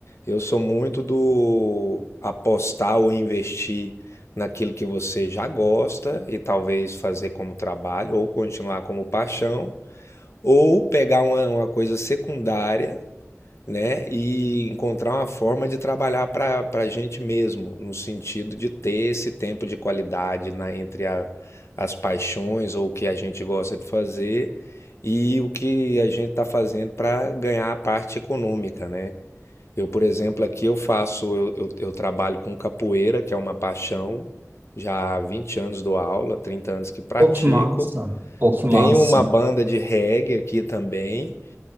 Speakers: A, on the left (about 65°); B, on the right (about 40°).
A: Eu sou muito do apostar ou investir naquilo que você já gosta e talvez fazer como trabalho, ou continuar como paixão, ou pegar uma, uma coisa secundária né? E encontrar uma forma de trabalhar para para a gente mesmo, no sentido de ter esse tempo de qualidade na, entre a- as paixões ou o que a gente gosta de fazer e o que a gente está fazendo para ganhar a parte econômica, né? Eu, por exemplo, aqui eu faço, eu, eu, eu trabalho com capoeira, que é uma paixão, já há 20 anos dou aula, 30 anos que pratico.
B: Pô, que massa, pô, que massa.
A: Tenho uma banda de reggae aqui também